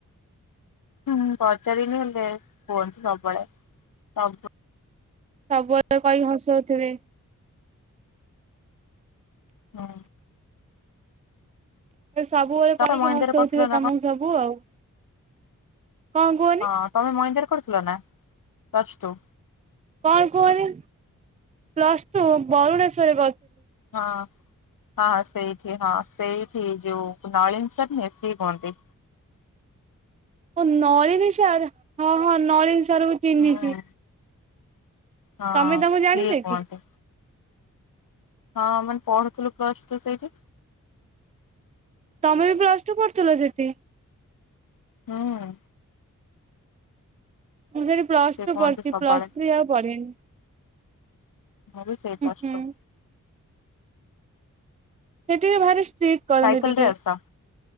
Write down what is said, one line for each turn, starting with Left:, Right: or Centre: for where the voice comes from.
Left: ହୁଁ ପଚାରିନି ହେଲେ କୁହନ୍ତି ସବୁବେଳେ ସବୁ
Right: ସବୁବେଳେ କହି ହସଉଥିବେ।
Left: ହଁ।
Right: ସବୁବେଳେ କହିକି
Left: ତମେ ମହିନ୍ଦାରେ
Right: ହସଉଥିବେ
Left: କରୁଥିଲ ନା
Right: ତମକୁ
Left: କଣ
Right: ସବୁ ଆଉ। କଣ କୁହନି
Left: ହଁ ତମେ ମହିନ୍ଦାରେ କରିଥିଲନା ପ୍ଳସଟୁ।
Right: କଣ କୁହନି ପ୍ଲସଟୁ ବରୁଣେଶ୍ଵର
Left: ହଁ। ହଁ ସେଇଠି ହଁ ସେଇଠି ଯେଉଁ ନଳିନ ସିର ନୁହେଁ ସିଏ କୁହନ୍ତି।
Right: ନଳିନି ସାର ହଁ ହଁ ନଳିନି ସାର ମୁ ଚିହ୍ନିଚି।
Left: ହୁଁ ହଁ
Right: ତମେ ତାଙ୍କୁ
Left: ସିଏ
Right: ଜାଣିଚ
Left: କୁହନ୍ତି
Right: କି?
Left: ହଁ ମାନେ ପଢୁଥିଲୁ ପ୍ଲସ ଟୁ ସେଇଠି।
Right: ତମେ ବି ପ୍ଲସ ଟୁ ପଢୁଥିଲ ସେଠି?
Left: ହୁଁ।
Right: ମୁଁ ସେଠି ପ୍ଲସ
Left: ସିଏ
Right: ଟୁ
Left: କୁହନ୍ତି
Right: ପଢଛି
Left: ସବୁବେଳେ
Right: ପ୍ଲସ ଥ୍ରୀ ପଢିମିନି।
Left: ମୁଁ ବି ସେଇ ପ୍ଲସଟୁ।
Right: ହୁଁ ସେ ଟିକେ ଭାରି ଷ୍ଟ୍ରିଟ କରନ୍ତି
Left: ସାଇକେଲ
Right: ଟିକେ।
Left: ରେ ଆସ